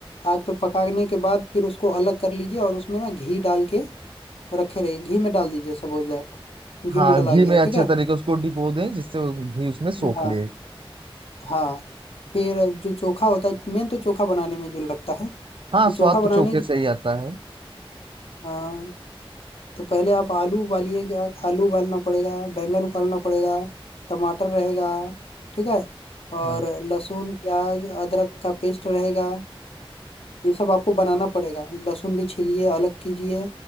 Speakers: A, on the left; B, on the right.
A: आग पे पकाने के बाद फिर उसको अलग कर लीजिए और उसमें ना घी डाल के रखे रहिए घी में डाल दीजिए सपोज दैट घी
B: हाँ
A: में डाला
B: घी
A: गया
B: में
A: ठीक
B: अच्छे
A: है
B: तरीके उसको डिपो दें जिससे वो घी उसमें सोख
A: हाँ
B: ले
A: हाँ फिर जो चोखा होता है मेन तो चोखा बनाने में जो लगता है
B: हाँ
A: तो
B: स्वाद
A: चोखा बनाने
B: तो चोखे से ही आता है
A: हाँ तो पहले आप आलू उबालिएगा आलू उबालना पड़ेगा बैंगन उबालना पड़ेगा टमाटर रहेगा ठीक है और
B: हाँ
A: लहसुन प्याज अदरक का पेस्ट रहेगा ये सब आपको बनाना पड़ेगा लहसुन भी छीलिए अलग कीजिए